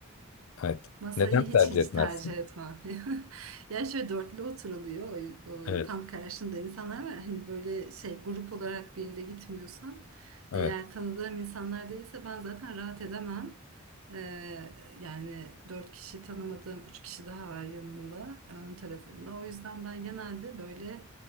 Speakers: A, on the left; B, on the right.
A: Evet.
B: Masayı
A: Neden tercih
B: hiç hiç
A: etmezsin?
B: tercih etmem. <laughs> Ya şöyle dörtlü oturuluyor. o-
A: Evet,
B: o tam karşında insanlar var. Hani böyle şey grup olarak bir yere gitmiyorsam
A: evet,
B: eğer tanıdığım insanlar değilse ben zaten rahat edemem. Ee, yani dört kişi tanımadığım üç kişi daha var yanımda ön tarafımda. O yüzden ben genelde böyle